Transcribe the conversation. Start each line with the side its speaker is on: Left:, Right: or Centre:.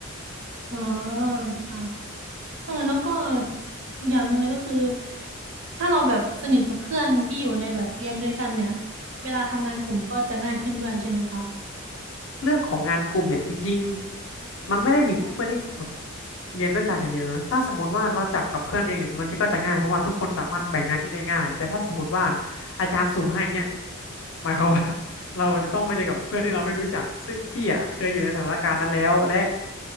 Right: อ๋อค่ะ เออแล้วก็อีกอย่างหนึ่งเลยก็คือถ้าเราแบบสนิทกับเพื่อนที่อยู่ในแบบเรียนด้วยกันเนี่ยเวลาทำงานกลุ่มก็จะง่ายขึ้นด้วยใช่ไหมคะ
Left: เรื่องของงานกลุ่มเนี่ยจริงๆมันไม่ได้มีแค่เพื่อนที่แบบเรียนด้วยกันอย่างเดียวนะถ้าสมมติว่าเราจับกับเพื่อนเองเนี่ยมันก็จะง่ายเพราะว่าทุกคนสามารถแบ่งหน้าที่ได้ง่ายแต่ถ้าสมมติว่าอาจารย์สุ่มให้เนี่ยหมายความว่า เราจะต้องไปเจอกับเพื่อนที่เราไม่รู้จักซึ่งพี่อ่ะเคยอยู่ในสถานการณ์นั้นแล้วและ